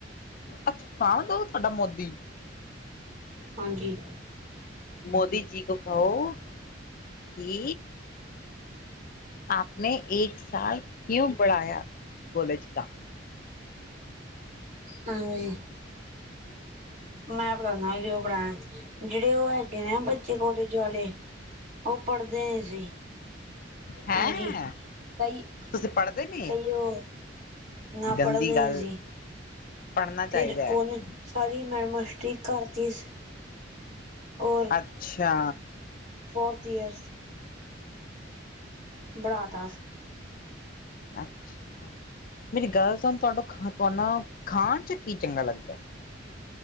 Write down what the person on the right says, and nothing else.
ਹਾਂਜੀ।
ਹਾਂਜੀ, ਮੈ ਪੜਾਣਾ ਜੋ ਪੜਾਣਾ। ਜਿਹੜੇ ਉਹ ਹੈਗੇ ਨੇ ਆ ਬੱਚੇ ਕੋਲੇਜ ਵਾਲੇ, ਉਹ ਪੜ੍ਹਦੇ ਨਹੀਂ ਸੀ।
ਹਾਂਜੀ, ਕਈ
ਤਈਉ ਨਾ
ਪੜ੍ਹਦੇ
ਐ ਜੀ,
ਫਿਰ
ਉਹਨੇ ਸਾਰੀ ਮੈਡਮਾਂ ਸਟਰੀਕ ਕਰਤੀ ਸ ਔਰ
ਫੋਰਥ ਈਅਰਸ, ਬਣਾਤਾ।